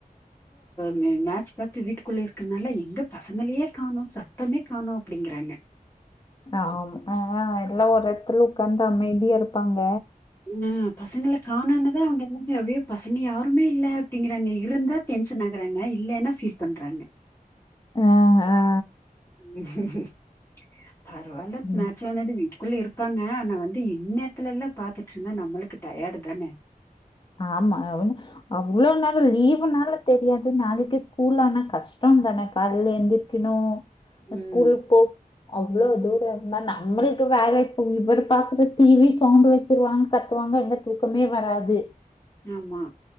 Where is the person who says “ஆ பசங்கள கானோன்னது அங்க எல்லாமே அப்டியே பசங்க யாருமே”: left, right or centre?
Left